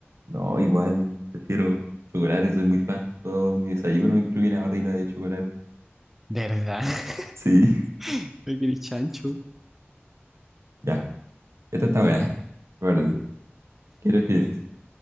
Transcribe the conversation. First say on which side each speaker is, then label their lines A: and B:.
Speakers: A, on the right; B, in the centre.
A: No, igual. Prefiero chocolate, soy muy fan. Todo mi desayuno incluye una barrita de chocolate.
B: ¿De verdad? <laughs>
A: Sí, <laughs>
B: ¿No queréis chancho?
A: ya. Esta está buena. Guarde. ¿Qué prefieres?